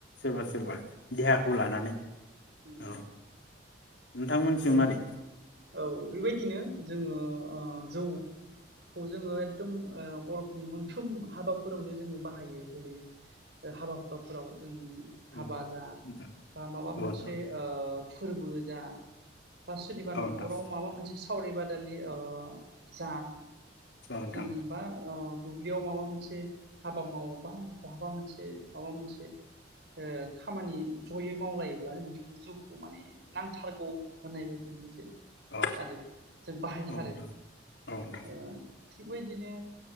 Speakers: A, on the left; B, on the right.
A: सोरबा सोरबा देहाखौ लानानै
B: उम
A: औ नोंथांमोनथिं
B: औ
A: मारै
B: औ बिबायदिनो जोंङो अ जौ खौ जोंङो एकदम ओ बर'फोरनि मोनफ्रोम हाबाफोरावनो जोंङो बाहायो जेरै हाबा हुखाफोराव जों
A: औ
B: हाबा जा
A: नोंथां
B: बा माबा
A: औ
B: मोनसे
A: नोंथां
B: ओ फोरबो जा बा सोरनिबा
A: औ
B: नखराव
A: नोंथां
B: माबा मोनसे सा खावरि बादालि अ जा
A: औ नोंथां
B: जोंबा अ दुब्लियाव माबा मोनसे हाबा मावोबा बहाबा मोनसे माबा मोनसे ओ खामानि जयै मावलायोब्ला जों बेखौ जिउखौ माने नांथारगौ होनानाय बायदि मोनसे
A: औ
B: आरो जों बाहायथारो
A: नोंथां औ नोंथां
B: ओ थिगबायदिनो